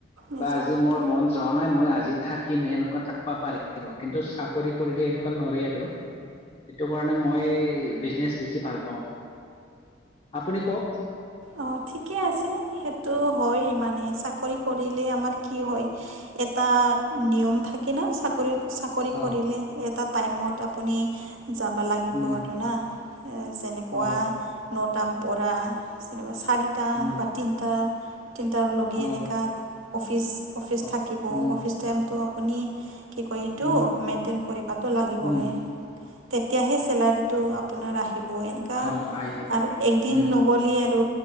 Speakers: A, on the right (about 80°); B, on the left (about 30°).
A: নিজৰ
B: বা আজি
A: মতে
B: মোৰ মন যোৱা নাই মই আজি থাকিম এনেকুৱা থাকবা পাৰে কিন্তু চাকৰি কৰিলে এনেকুৱা নঅৰে আৰু সেইটো কাৰণে মই বিজনেচ বেছি ভাল পাওঁ। আপুনি কওক
A: অ', ঠিকে আছে, সেইটো হয় মানে চাকৰি কৰি লে আমাৰ কি হয় এটা নিয়ম থাকে না চাকৰি চাকৰি কৰিলে
B: অ
A: এটা টাইমত আপ আপুনি যাবা লাগিব
B: উম
A: তো না যেনেকুৱা
B: অ
A: ন পতাম পৰা চিনেমা চাৰিটা
B: উম
A: বা তিনিটা তিনিটাৰ লগে
B: অ
A: এনেকা অফিচ অফিচ
B: অ
A: থাকিব
B: উম
A: অফিচ টাইমটো আপুনি কি কয় সেটো
B: উম
A: মেইনটেইন কৰিবাতো লাগিবহে
B: উম
A: তেতিয়াহে চেলাৰীটো আপ আপোনাৰ আহিব এনেকুৱা
B: উ অহ আহিব
A: আৰু একদিন
B: উম
A: নগ'লে আৰু